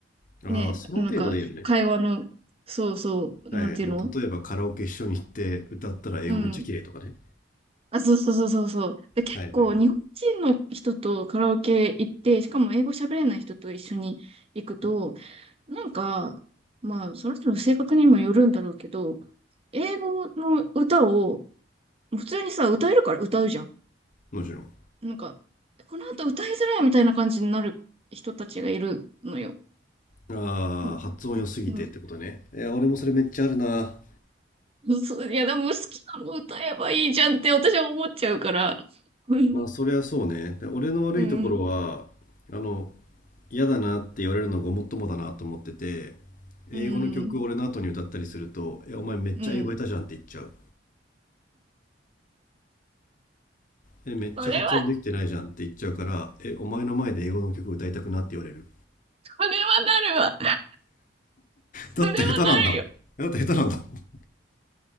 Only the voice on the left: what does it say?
ああ、
その程度でいいよね。
はい。
なんか例えばカラオケ一緒に行って歌ったら英語めっちゃ綺麗とかね。
はいはい。
もちろん。
ああ、
発音良すぎてってことね。
いや、俺もそれめっちゃあるな。
まあ、そりゃそうね。で俺の悪いところは、
あの、嫌だなって言われるのがごもっともだなと思ってて、
英語の曲を俺の後に歌ったりすると、え、お前めっちゃ英語下手じゃんって言っちゃう。
え、めっちゃ発音できてないじゃんって言っちゃうから、
え、お前の前で英語の曲歌いたくなって言われる。
だって下手なんだもん。
だって下手なんだもん。